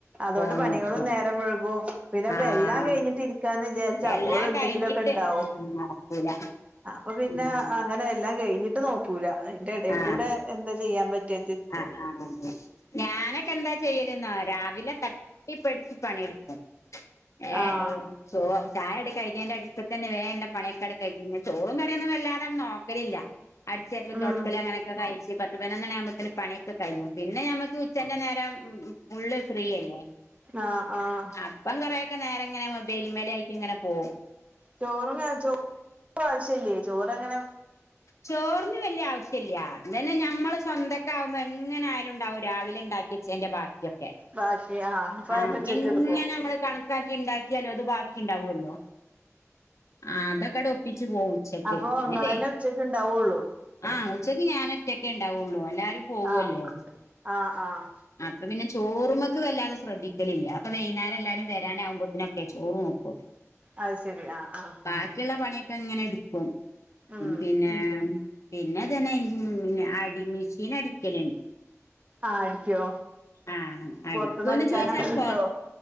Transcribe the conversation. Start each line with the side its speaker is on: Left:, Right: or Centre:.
Right: അതൊണ്ട്
Left: ഫോണ്
Right: പണികളും
Left: നോക്കും
Right: നേരം വഴുകും പിന്നെ അപ്പൊ
Left: ആഹ്
Right: എല്ലാം കഴിഞ്ഞിട്ട് ഇരിക്കാന്ന് വിചാരിച്ച
Left: എല്ലാം
Right: അപ്പോഴും എന്തെങ്കിലുംക്കെ
Left: കഴിഞ്ഞിട്ട്
Right: ഇണ്ടാവും
Left: ഉം നടക്കൂല
Right: അപ്പൊ പിന്നെ
Left: ഉം
Right: അങ്ങനെ എല്ലാം കഴിഞ്ഞിട്ട് നോക്കു കൂല അതിന്റെ ഇടയിൽക്കൂടെ
Left: ആഹ്
Right: എന്താ ചെയ്യാൻ പറ്റിയ
Left: ആഹ് ആഹ് ഞാനൊക്കെ എന്താ ചെയ്യലൂന്ന രാവിലെ തട്ടിപ്പടിച്ചു പണിടുക്കും ഏഹ്
Right: ആഹ്
Left: ചോ ചായടെ കഴഞ്ഞന്റെ അടുത്ത തന്നെ വേ പണിയക്കാട് കഴിഞ്ഞ് ചോറും കറിയൊന്നും വല്ലാതന്നും നോക്കലില്ല അടിച്ചെരലും
Right: ഉം
Left: തുടക്കലും അങ്ങനൊക്കെ കഴിച്ച് പത്തുപതിനൊന്നു ണിആകുമ്പത്തെന് പണി ഉച്ച കഴിഞ്ഞു. പിന്നെ ഞമ്മുക്ക് ഉച്ചൻ്റെ നേരം ഉം ഉം ഫുള്ള് ഫ്രീയല്ലേ.
Right: ആഹ് ആഹ്
Left: അപ്പം കൊറയൊക്കെ നേരം ഇങ്ങനെ മൊബേൽമേലായിക്ക ഇങ്ങനെ പോകും
Right: ചോറും <inaudible> ചോ ആവശ്യല്ലേ ചോറ്ങ്ങനെ
Left: ചോറിന് വലിയാവശ്യം ഇല്ല ഇതന്നെ ഞമ്മള് സ്വന്തം വുമ്പോ എങ്ങനൊയാലും ഉണ്ടാവും രാവിലെ ഉണ്ടാക്കിച്ചേൻ്റെ ഭാക്കി ക്കേ
Right: ബാക്കി അപ്പൊ
Left: ആഹ്
Right: അയിന് ഉച്ചക്ക്
Left: എങ്ങനെ
Right: എടുക്കും
Left: നമ്മള് കണ ഇണ്ടാ ഇണ്ടാക്കിയാലോ അത് ബാക്കി ഉണ്ടാവുല്ലോ ആ അതൊക്കെണ്ട് ഒപ്പിച്ച് പോവും ഉച്ചക്ക്
Right: അപ്പൊ
Left: പിന്നെ
Right: ഇങ്ങെളന്നെ
Left: വൈ
Right: ഉച്ചയ്ക്ക്ണ്ടാവുള്ളൂ
Left: ആഹ് ഉച്ചയ്ക്ക് ഞാനൊറ്റക്കെ ഉണ്ടാവുള്ളൂ. എല്ലാരും പോവല്ലോ
Right: ആഹ് ആഹ് ആഹ്
Left: അപ്പ പിന്നെ ചോറുമ്മക്ക് വല്ലാതെ ശ്രദ്ധിക്കലില്ല. അപ്പ വൈകുന്നേരല്ലരും വരാനാവപോത്തനൊക്കെ ചോറ് നോക്കു.
Right: അത് ശരി ആഹ് ആഹ്
Left: ബാക്കിയുള്ള പണിയൊക്കെ ഇങ്ങനെടുക്കും
Right: ഉം
Left: പിന്നെ പിന്നെ അതന്നെ ഉം അടി മെഷീൻ അടിക്കല്ണ്ട്
Right: ആഹ് അടിക്കോ
Left: ആഹ് അടിക്കോന്ന്
Right: പൊറത്തുന്ന് അടിക്കാനൊക്കെ
Left: ചോയിച്ചാ
Right: കിട്ടോ
Left: പോ